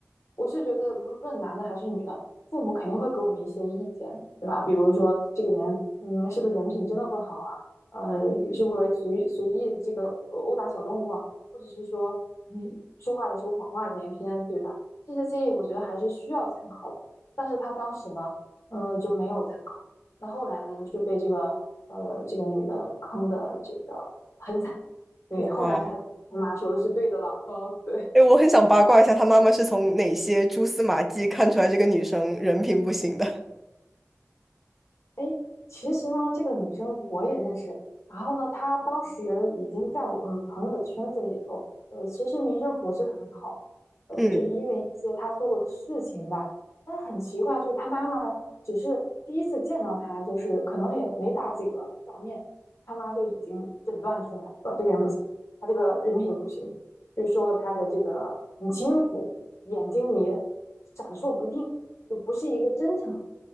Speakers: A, on the left; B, in the centre.
A: 我是觉得无论男的还是女的，父母肯定会给我们一些意见，对吧？比如说这个人，嗯，是不是人品真的不好啊？呃，是不是随意随意这个呃殴打小动物啊？或者是说，嗯，说话的时候谎话连篇，对吧？这些建议我觉得还是需要参考的，但是他当时呢，嗯，就没有参考。那后来呢，就被这个呃这个女的坑的这个很惨。对，
B: <laughs>
A: 后来她他妈说的是对的了。
B: 哇！
A: 哦，对，
B: 哎，我很想八卦一下，他妈妈是从哪些蛛丝马迹看出来这个女生人品不行的？
A: 诶，其实呢，这个女生我也认识。然后呢，她当时已经在我们朋友的圈子里头，呃，其实名声不是很好，呃，
B: 嗯，
A: 就是因为一些她做过的事情吧。但是很奇怪，就是她妈妈只是第一次见到她，就是可能也没打几个照面，她妈就已经诊断出来说这个人不行，她这个人品不行，就是说她的这个很轻浮，眼睛里闪烁不定，就不是一个真诚